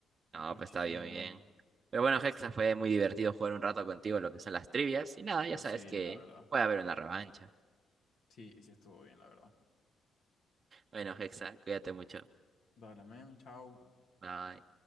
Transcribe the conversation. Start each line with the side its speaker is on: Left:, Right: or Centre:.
Left: Qué
Right: No,
Left: cochino.
Right: pues está bien, muy bien. Pero bueno, Hexa, fue muy divertido jugar un rato contigo lo que son las trivias. Y nada, ya
Left: Pues
Right: sabes
Left: sí,
Right: que
Left: la verdad.
Right: puede haber una revancha.
Left: Sí, sí estuvo bien, la verdad.
Right: Bueno, Hexa, cuídate mucho.
Left: Dale, men. Chao.
Right: Bye.